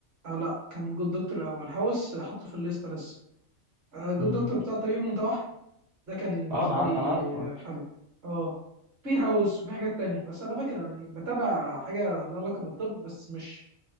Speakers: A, on the right; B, on the right.
A: أو لا كان جود دكتور الأول هاوس آه، حطه في الليستة لسه آه، جود
B: أمم.
A: دكتور بتاع طبيب متوحد ده كان بالنسبه
B: اه انا ع-
A: لي
B: انا عارف آه.
A: آه، حلو اه في هاوس وفي حاجات تانية بس على فكره يعني بتابع حاجه لها علاقه بالطب بس مش